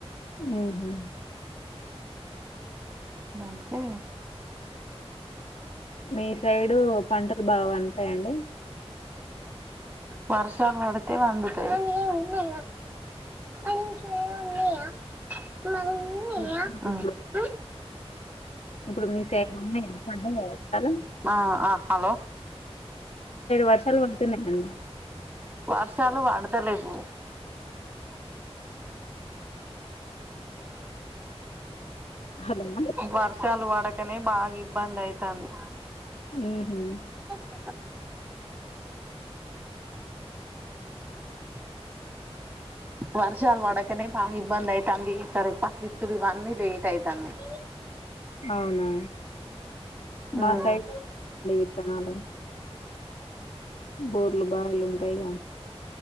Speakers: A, on the left (about 80°); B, on the right (about 20°).
A: ఉహు
B: ఇగ అందుకే
A: మీ సైడు పంటలు బాగా పండుతాయండి
B: వర్షాలు వడుతే వండుతయి మన ఇంట్లేమన్నన్నున్నాయా మరున్నయా
A: వర్షాలు
B: ఆ
A: ఇప్పుడు
B: ఉ
A: ఇప్పుడు మీ సైడు వున్నాయ పడ్డాయ చాలా
B: ఆ ఆ హలో
A: వర్షాలు పడుతున్నాయండి.
B: వర్షాలు వాడుత్ తలేవు
A: హలో! హలో!
B: వర్షాలువడుత్ వడకనే బాగా ఇబ్బందయితంది
A: ఉహు
B: ఉ
A: <unintelligible>
B: వర్షాలు వడకనే బాగా ఇబ్బంది అయితంది ఈ సారి పత్తిత్తులు ఇవన్నీ లేట్ అయితాన్నయి
A: <unintelligible> అవునా మా
B: ఉమ్
A: సైడ్ డి విత్తనాలు బోర్లు బాయిలు ఉంటాయిగా